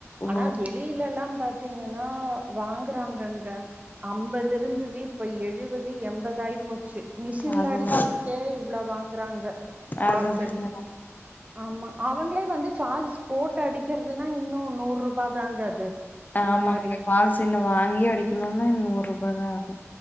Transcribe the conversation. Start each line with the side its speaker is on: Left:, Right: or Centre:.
Left: ஓ
Right: ஆனா வெளிலலா பாத் த்தீங்கன்னா வாங்குறாங்கங்க அம்பது இருந்தது இப்ப எழுவது எம்பதாயி போச்சி மிஷின்ல
Left: அதுதா
Right: அடிக்கறதுக்கே இவ்ளோ வாங் அங்க
Left: அதுதாங்க
Right: பால் செடிக்க ஆமா அவங்களே வந்து ஃபால்ஸ் போட்டு அடிக்கறதுன்னா இன்னோ நூற்ருபா தாங்க அது
Left: ஆமாங்க
Right: அந்த மாரி
Left: பால் சின்ன வாங்கி அடிக்கணும்னா இன்ன ஒரு ரோம்ப தா ஆகு